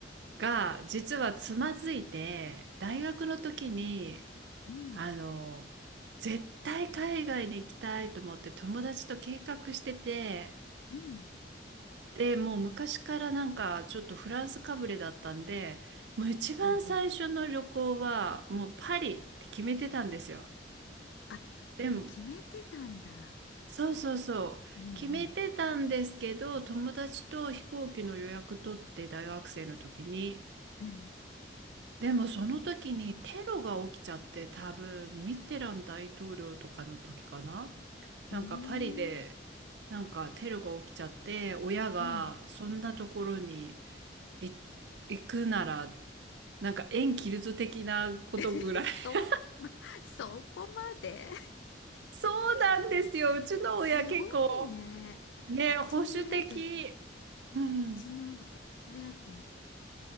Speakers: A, on the right; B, on the left.
A: が実はつまずいて、大学の時に、
B: うん、
A: あの、絶対海外に行きたいと思って友達と計画してて、
B: うん。
A: で、もう昔からなんかちょっとフランスかぶれだったんで、もう一番最初の旅行はもうパリって決めてたんですよ。
B: おうおう。あ、
A: でも、
B: もう決めてたんだ。
A: そうそうそう。
B: うんうん、
A: 決めてたんですけど、友達と飛行機の予約取って大学生の時に。
B: うん。
A: でもその時にテロが起きちゃって、多分ミッテラン大統領とかの時かな。
B: うーん、
A: なんかパリでなんかテロが起きちゃって、親がそんなところに
B: うん。
A: い行くなら、なんか縁切るぞ的なことぐらい。
B: <laughs> えそう、
A: <laughs>
B: ま、そこまで
A: そうなんですよ。うちの親結構
B: <laughs> すごいね。
A: ね、
B: うちの親と、
A: 保守的。
B: う
A: うん。
B: ちの親とは違う